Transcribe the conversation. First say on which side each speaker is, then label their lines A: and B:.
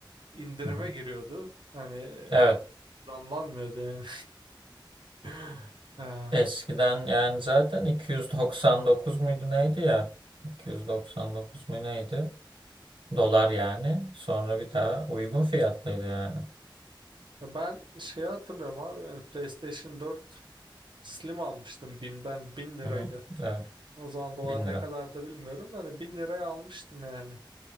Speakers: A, on the right; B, on the right.
A: indirime
B: Hı hı.
A: giriyordu hani e,
B: Evet.
A: zamlanmıyordu yani. <laughs> Ee, ya
B: Eskiden yani zaten 299 muydu neydi ya? 299 mu neydi? Dolar yani. Sonra bir daha uygun fiyatlıydı yani.
A: ben şeyi hatırlıyorum abi yani PlayStation 4 Slim almıştım BİM'den 1000 liraydı.
B: Hı hı. Evet.
A: O zaman dolar
B: bin lira.
A: ne kadardı bilmiyorum da hani 1000 liraya almıştım yani.